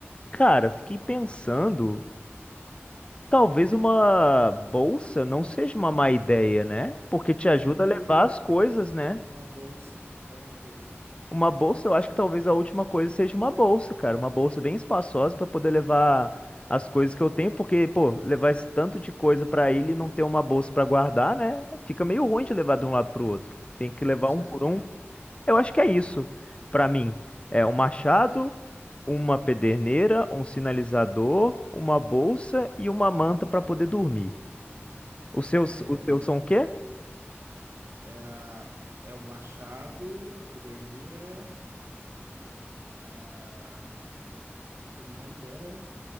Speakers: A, on the left; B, on the right.
A: Cara, fiquei pensando, talvez uma bolsa não seja uma má ideia, né? Porque te ajuda
B: É mesmo,
A: a levar as
B: né?
A: coisas, né?
B: Uma bolsa é uma boa,
A: Uma bolsa, eu acho que talvez a última coisa seja uma bolsa, cara, uma bolsa bem espaçosa para poder levar as coisas que eu tenho, porque, pô, levar esse tanto de coisa pra ele e não ter uma bolsa pra guardar, né? Fica meio ruim de levar de um lado pro outro. Tem que levar
B: com certeza.
A: um por um. Eu acho que é isso pra mim. É um machado, uma pederneira, um sinalizador, uma bolsa e uma manta pra poder dormir. Os seus,
B: é
A: os seus são o quê?
B: É, a, é o Machado, a Pederneira, a que mais era?